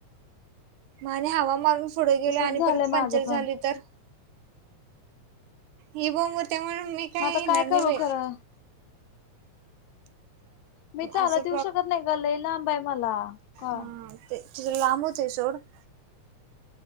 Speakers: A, on the right; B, on the left.
A: म आणि हवा मारून पुढे गेले
B: तसच
A: आणि
B: झालंय
A: परत
B: माझं
A: पंचर
B: पण
A: झाली तर ह बो म त्या म मी काय
B: मग आता
A: न
B: करू
A: भ
B: खरं
A: <inaudible>
B: मी चालत
A: असं
B: येऊ शकत नाही ग लय लांब आहे मला का
A: हम्म ते तिझ लांब होत आहे सोड <inaudible>